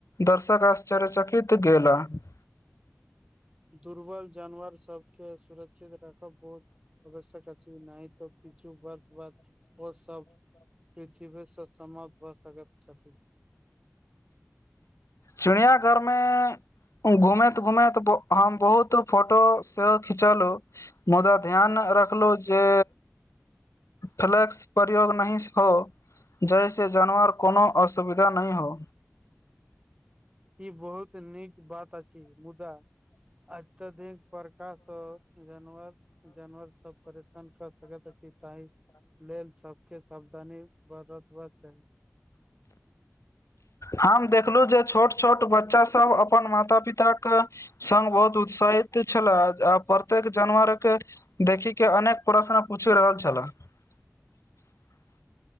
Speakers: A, on the left (about 75°); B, on the right (about 20°).
A: दर्शक आश्चर्यचकित गेल। त
B: दुर्बल जानवर सबके सुरक्षित रख बहुत आवश्यक अछि नहि तऽ किछु वर्षके बाद ओ सब पृथ्वी पर सब समाप्त भ सकैत छथि। <inaudible>
A: चिड़िया घरमे घूमैत घूमैत हम बहुत फोटो सेहो खिचलु मुदा ध्यान रखलो जे फ्लस प्रयोग नहि हो। जहिस जानवर कोनो असुविधा नहि हो।
B: ई बहुत नीक बात अछि मुदा अत्यधिक प्रकाश सँ जानवर जानवर सब परेशान कर अछि ताहि लेल सबके सावधानी बरतवा चाही।
A: हम देखलु जे छोट छोट बच्चा सब अपन माता पिता के संग बहुत उत्साहित छल आ प्रत्येक जानवर के देखी के अनेक प्रश्न पूछ रहल छला।
B: <inaudible>
A: <inaudible>